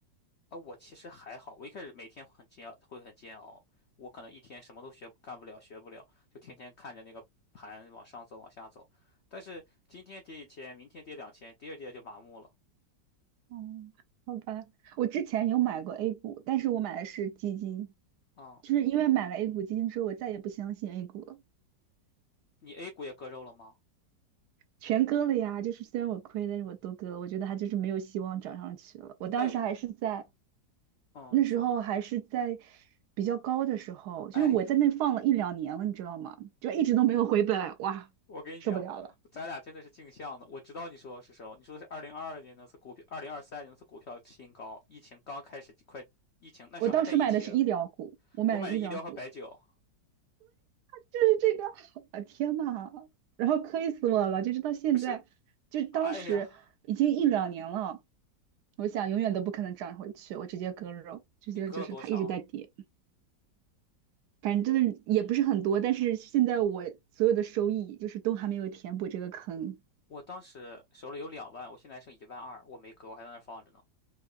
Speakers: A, on the left; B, on the right.
A: 啊，我其实还好，我一开始每天会很煎，会很煎熬，我可能一天什么都学不干不了，学不了，就天天看着那个盘往上走，往下走。但是今天跌一千，明天跌两千，第二跌就麻木了。
B: 嗯，好吧，我之前有买过 A 股，但是我买的是基金，
A: 嗯，
B: 就是因为买了 A 股基金之后，我再也不相信 A 股了。
A: 你 A 股也割肉了吗？
B: 全割了呀，就是虽然我亏，但是我都割了。我觉得它就是没有希望涨上去了。我当时还是在
A: 哎，我，嗯，
B: 那时候还是在
A: 你说，
B: 比较高的时候，就是我在那放了一两年了，
A: 哎，
B: 你知道吗？就一直都没有回本，哇，
A: 我跟你讲，
B: 受不了了。
A: 咱俩真的是镜像的。我知道你说的是什么，你说的是二零二二年那次股票，二零二三年那次股票新高，疫情刚开始，快疫情那时候还在疫情，
B: 我当时买的是医疗股，我买的医疗股
A: 我买的医疗和白酒，
B: 就是这个，啊天呐，然后亏死我了，就是到现在，
A: 不是，
B: 就当时已经一两年了，
A: 哎呀，
B: 我想永远都不可能涨回去，我直接割肉，直接就是它一直在跌。
A: 你割了多少？
B: 反正就是也不是很多，但是现在我所有的收益就是都还没有填补这个坑，
A: 我当时手里有两万，我现在还剩一万二，我没割，我还在那儿放着呢，